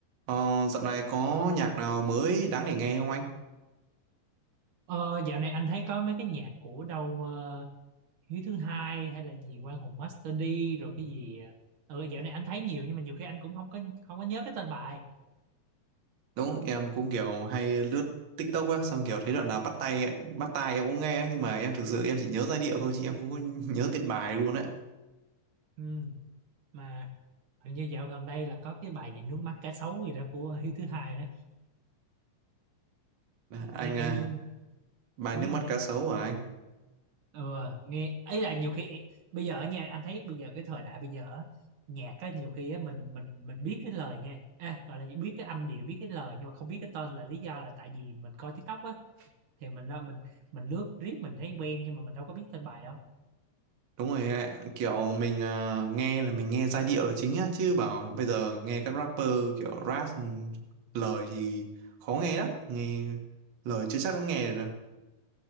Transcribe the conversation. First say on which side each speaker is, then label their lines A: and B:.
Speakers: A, on the right; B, on the right.
A: Ờ, dạo này có nhạc nào mới đáng để nghe không anh?
B: Ờ, dạo này anh thấy có mấy cái nhạc của đâu ờ, Hiếu thứ hai hay là gì Quang Hùng Master D rồi cái gì ờ ừ, dạo này anh thấy nhiều nhưng mà nhiều khi anh cũng không có không có nhớ cái tên bài
A: Đúng, em cũng kiểu hay lướt TikTok á, xong kiểu thấy đoạn nào bắt tay, ấy- bắt tai em cũng nghe ấy, nhưng mà em thực sự em chỉ nhớ giai điệu thôi chứ em không có <laughs> nhớ tiết bài luôn đấy.
B: ừ, mà hình như dạo gần đây là có cái bài gì nước mắt cá sấu gì đó của Hiếu thứ hai đó
A: Anh
B: em,
A: à,
B: em
A: bài
B: biết
A: nước mắt
B: không nhỉ
A: cá sấu hả anh?
B: ừ, nghe ấy là nhiều khi bây giờ ở nha anh thấy bây giờ cái thời đại bây giờ á, nhạc á nhiều khi á mình mình mình biết cái lời nha à, gọi là biết cái âm điệu biết cái lời nhưng mà không biết cái tên là lý do là tại vì mình coi TikTok á thì mình ra mình mình lướt riết mình thấy quen nhưng mà mình đâu có biết tên bài đâu
A: Đúng rồi, ạ. kiểu mình à, nghe là mình nghe giai điệu là chính á, chứ bảo bây giờ nghe các rapper kiểu rap xong lời thì khó nghe lắm, nghe lời chưa chắc đã nghe được đâu.